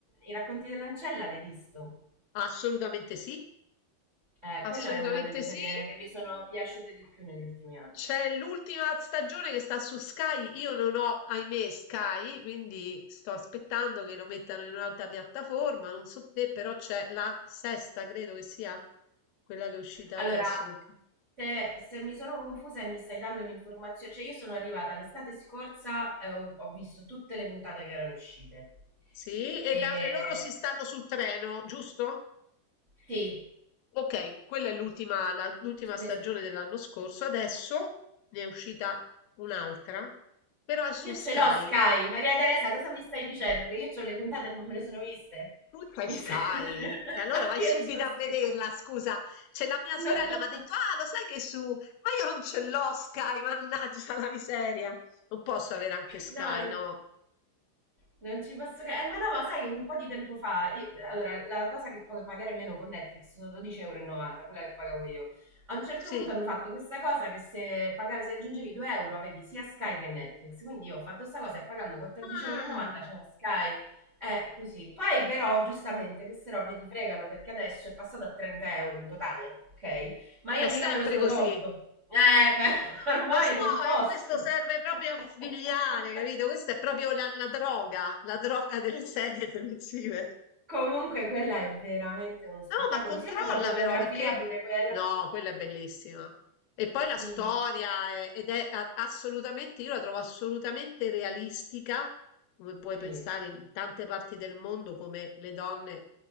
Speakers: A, on the right; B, on the left.
A: i racconti dell'ancella l'hai visto?
B: assolutamente sì,
A: Eh,
B: assolutamente
A: quello è una delle
B: sì.
A: serie che mi sono piaciute di più negli ultimi anni.
B: C'è l'ultima stagione che sta su Sky, io non ho, ahimè, Sky, quindi sto aspettando che lo mettano in un'altra piattaforma, non so te, però c'è la sesta, credo che sia quella che è uscita
A: Allora,
B: adesso. perché-
A: se, se mi sono confusa e mi stai dando un'informazione, cioè io sono arrivata l'estate scorsa e ho, ho visto tutte le puntate che erano uscite.
B: Sì, e
A: E
B: la- e loro si stanno sul treno, giusto?
A: sì,
B: Ok, quella è l'ultima la- l'ultima stagione
A: ne-
B: dell'anno scorso. Adesso ne è uscita un'altra, però è su
A: io
B: Sky.
A: ce l'ho Sky. Maria Teresa, cosa mi stai dicendo? Che io ho le puntate e non me le sono viste?
B: Tu c'hai
A: Mi
B: Sky.
A: stai- <laughs>
B: E allora vai subito
A: Io c'ho
B: a vederla,
A: Sky.
B: scusa. C'è la mia sorella,
A: No. <laughs>
B: mi ha detto, ah, lo sai che su... Ma io non ce l'ho Sky, mannaggia la miseria. Non posso avere anche Sky,
A: No.
B: no?
A: Non ci posso credere. Eh, ma no, ma sai che un po' di tempo fa, io- allora, la cosa che puoi pagare meno con Netflix sono 12,90 euro, quella che pagavo io. A un certo
B: Sì.
A: punto hanno fatto questa cosa che se pagavi, se aggiungevi 2 euro avevi sia Sky che Netflix. Quindi io ho fatto questa cosa e pagando 14,90
B: Ah,
A: euro c'è un Sky. Eh, così. Poi però, giustamente, queste robe ti fregano perché adesso è passato a 30 euro in totale, ok? Ma io
B: è sempre
A: mica me lo sono
B: così.
A: tolto. Eh, beh, <laughs> ormai
B: Lo so,
A: non posso.
B: e questo serve proprio
A: <laughs>
B: a figliare, capito? Questa è proprio la, la droga, la droga delle serie televisive.
A: Comunque quella è veramente uno spettacolo,
B: No, ma controlla
A: sia per la fotografia
B: però perché
A: pure quella.
B: no, quella è bellissima. E poi la
A: Sì,
B: storia è- ed è a- assolutamente, io la trovo assolutamente realistica, come puoi pensare
A: Sì,
B: in tante parti del mondo come le donne